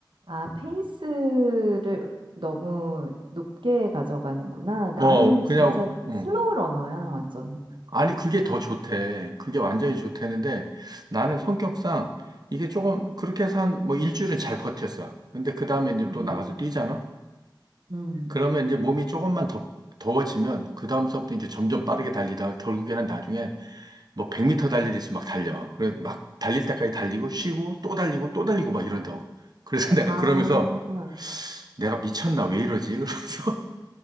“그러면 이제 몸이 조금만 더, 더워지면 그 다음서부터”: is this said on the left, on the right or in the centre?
Right